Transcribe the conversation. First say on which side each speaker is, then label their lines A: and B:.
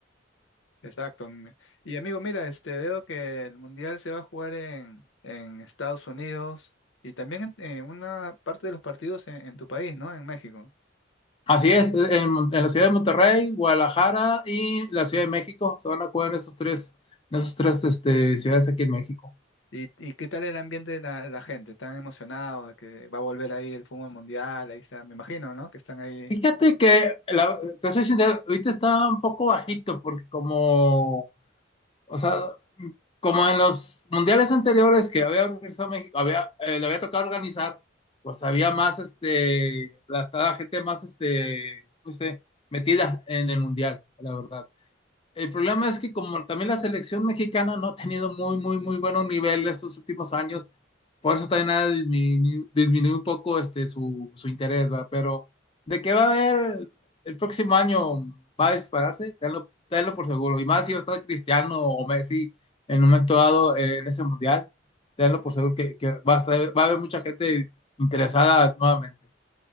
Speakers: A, on the left; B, on the left.
A: Exacto. m- Y amigo, mira, este veo que el mundial se va a jugar en, en Estados Unidos y también en, en una parte de los partidos en, en tu país, ¿no? En México.
B: Así es, en, Mon- en la ciudad de Monterrey, Guadalajara y la Ciudad de México se van a jugar en esos tres, en esas tres este, ciudades aquí en México.
A: ¿Y, y qué tal el ambiente de la, la gente? ¿Están emocionados de que va a volver ahí el fútbol mundial? Ahí está, me imagino, ¿no? Que están ahí.
B: Fíjate que, la- te soy sincero, ahorita está un poco bajito porque como O sea, como en los mundiales anteriores que había organizado México, había, eh, le había tocado organizar, pues había más, este, la, estaba gente más, este, no sé, metida en el mundial, la verdad. El problema es que como también la selección mexicana no ha tenido muy, muy, muy buenos niveles estos últimos años, por eso también ha disminu- disminuido un poco este, su, su interés, ¿va? Pero de que va a haber el próximo año, va a dispararse, tenlo, tenlo por seguro. Y más si va a estar Cristiano o Messi en un momento dado eh, en ese mundial, tenlo por seguro que, que va a estar- va a haber mucha gente interesada nuevamente.